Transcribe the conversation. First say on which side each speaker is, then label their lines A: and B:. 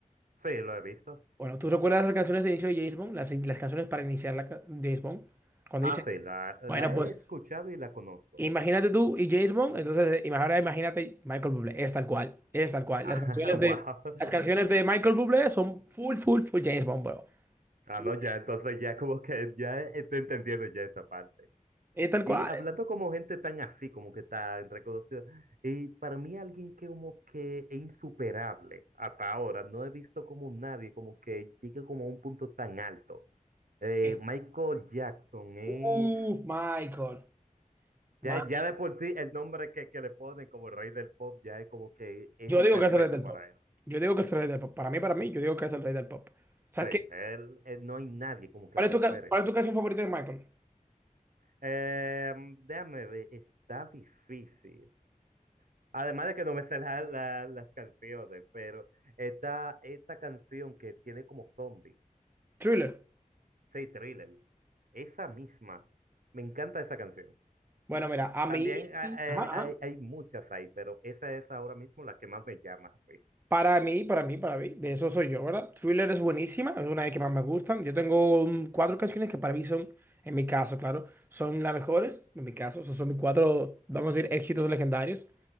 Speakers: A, on the right; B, on the right.
A: Sí, lo he visto.
B: Bueno, ¿tú recuerdas las canciones de inicio de James Bond? Las, las canciones para iniciar la ca- James Bond. Cuando
A: Ah,
B: dicen,
A: sí, la,
B: bueno,
A: la
B: pues
A: he escuchado y la conozco.
B: imagínate tú y James Bond, entonces eh, ima- ahora imagínate Michael Bublé, es tal cual, es tal cual.
A: Ah,
B: Las canciones
A: <laughs>
B: de,
A: wow.
B: las canciones de Michael Bublé son full, full, full James Bond, bro.
A: Ah,
B: Full,
A: no, ya, entonces ya como que ya estoy entendiendo ya esta parte.
B: es tal cual.
A: Y hablando como gente tan así, como que tan reconocida, y para mí alguien que como que es insuperable hasta ahora, no he visto como nadie como que llegue como a un punto tan alto. Eh,
B: eh.
A: Michael Jackson es,
B: Uf, Michael. Ma-
A: ya, ya de por sí el nombre que, que le ponen como el rey del pop ya es como que es
B: Yo digo
A: perfecto
B: que es el rey del
A: para
B: pop.
A: él.
B: Yo digo que es el rey del pop. Para mí, para mí, yo digo que es el rey del pop. ¿Sabes
A: Sí,
B: qué?
A: él, él no hay nadie como que
B: ¿Cuál
A: lo
B: es
A: supere.
B: tu, ca- cuál es tu canción favorita de Michael?
A: Em, déjame ver, está difícil. Además de que no me sé la- la- las canciones, pero está esta canción que tiene como zombie,
B: Thriller.
A: sí, Thriller, esa misma. Me encanta esa canción.
B: Bueno, mira, a
A: También
B: mí...
A: ha- eh,
B: Ajá, ajá.
A: hay, hay muchas ahí, pero esa es ahora mismo la que más me llama, sí.
B: Para mí, para mí, para mí, de eso soy yo, ¿verdad? Thriller es buenísima, es una de las que más me gustan. Yo tengo mm, cuatro canciones que para mí son, en mi caso, claro, son las mejores, en mi caso, esos son mis cuatro, vamos a decir, éxitos legendarios,